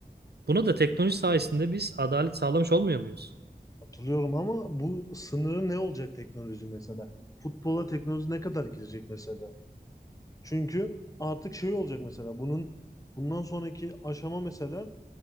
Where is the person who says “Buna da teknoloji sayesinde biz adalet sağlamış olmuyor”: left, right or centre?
Right